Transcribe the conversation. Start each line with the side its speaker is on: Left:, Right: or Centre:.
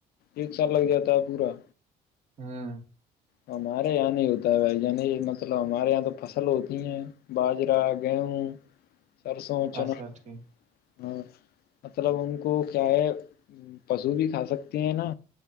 Left: ایک سال لگ جاتا ہے پورا
Right: <unintelligible>
Left: ہمارے یہاں نہیں ہوتا ہے بھائی عنی مطلب ہمارے یہاں تو فصل ہوتی ہیں باجرا گیہوں سرسوں چنا
Right: اچھا ٹھیک
Left: ہاں مطلب ان کو کیا ہے پشو بھی کھا سکتے ہیں نا